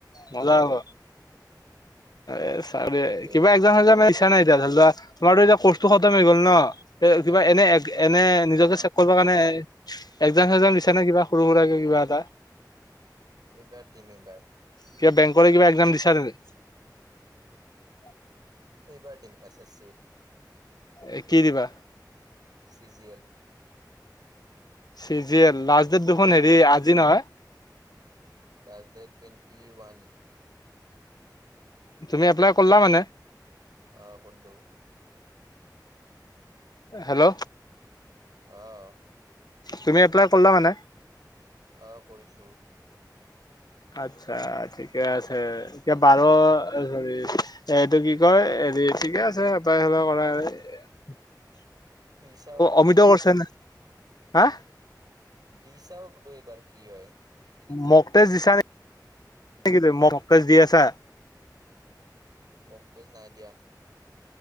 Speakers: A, on the left; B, on the right.
A: মজা হব।
B: আ,
A: এ চা
B: তে
A: কিবা একজন
B: কি
A: হলে
B: লাগে
A: মানে ইচ্ছা
B: আৰু
A: নাই এতিয়া ধৰি লোৱা <unintelligible> তোমাৰো এতিয়া কৰ্চটো খটম হৈ গ'ল ন <unintelligible>
B: নাই
A: কিবা এনে
B: নাই
A: এনে, নিজকে
B: অ অ
A: চেক কৰিব কাৰণে। এক্জাম চেগজাম দিছা নে কিবা সৰু সুৰাকে কিবা এটা <unintelligible>
B: এবাৰ দিম এবাৰ।
A: কিবা বেংকলে কিবা এক্জাম দিছা তেন্তে <unintelligible>
B: এইবাৰ ডিম এছ এছ চিৰ।
A: এ কি দিবা।
B: চিজিয়েল।
A: C G L last date দুখোন হেৰি আজি নহয়।
B: Last date twenty one.
A: তুমি এপ্লাই কৰলা মানে?
B: আহ কলো।
A: হেল্ল'।
B: আহ।
A: তুমি এপ্লাই কৰিলা মানে।
B: অ কৰিছো।
A: আতছা ঠিকে আছে এতিয়া বাৰ চ এইটো কি কয় হেৰি ঠিকে আছে কৰা <unintelligible>
B: দিছা আৰু
A: অমিতো
B: কি হয়
A: কৰিছে
B: <unintelligible>
A: নে হা <unintelligible>
B: দিছাও বোলো এইবাৰ কি হয়। চি জি
A: মগতেজ
B: এল
A: দিছা ন। নেকি তুম মকটেচচ দি আছা <unintelligible>
B: মোকটোজ নাই দিয়া।